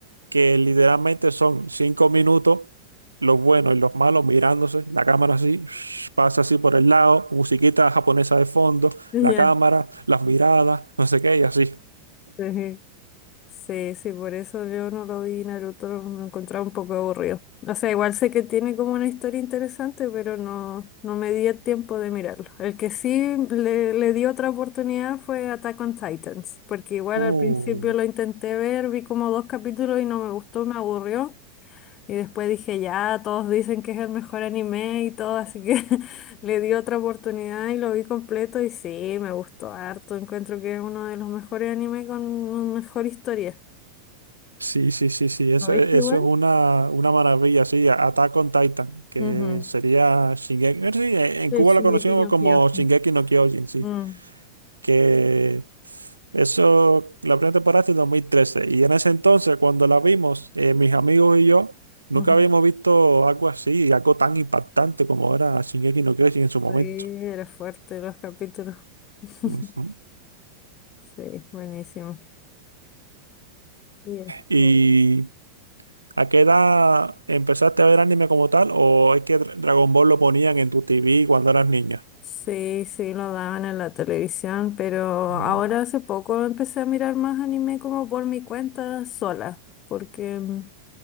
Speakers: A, on the right; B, on the left.
A: que literalmente son cinco minutos, los buenos y los malos mirándose, la cámara así, <sniffs> pasa así por el lado, musiquita japonesa de fondo,
B: <laughs> Ya,
A: la cámara, las miradas, no sé qué, y así.
B: sí. sí. Sí, sí, por eso yo no lo vi, Naruto lo lo encontraba un poco aburrido. O sea, igual sé que tiene como una historia interesante, pero no, no me di el tiempo de mirarlo. El que sí le, le di otra oportunidad fue Attack on Titans, porque igual
A: Uh,
B: al principio lo intenté ver, vi como dos capítulos y no me gustó, me aburrió. Y después dije, ya, todos dicen que es el mejor anime y todo, así que <laughs> le di otra oportunidad y lo vi completo y sí, me gustó harto. Encuentro que es uno de los mejores animes con mejor historia.
A: sí, sí, sí, sí, eso,
B: ¿No viste
A: eso
B: igual?
A: es una, una maravilla, sí, Attack on Titan, que
B: Ujú,
A: sería Shingeki, eh, sí, en en
B: De
A: Cuba
B: Shingeki
A: lo conocíamos
B: no
A: como
B: Kyojin.
A: Shingeki no Kyojin, sí.
B: mm,
A: que eso, la primera temporada es de 2013 y en ese entonces cuando la vimos, eh, mis amigos y yo nunca
B: ujú.
A: habíamos visto algo así, algo tan impactante como era Shingeki no Kyojin en su momento.
B: Sí, era fuerte los capítulos. <laughs>
A: Ujú.
B: Sí, buenísimo. Y esto,
A: ¿Y a qué edad empezaste a ver anime como tal o es que Dra- Dragon Ball lo ponían en tu TV cuando eras niña?
B: Sí, sí, lo daban en la televisión, pero
A: Ah,
B: ahora hace poco empecé a mirar más anime como por mi cuenta sola, porque mm,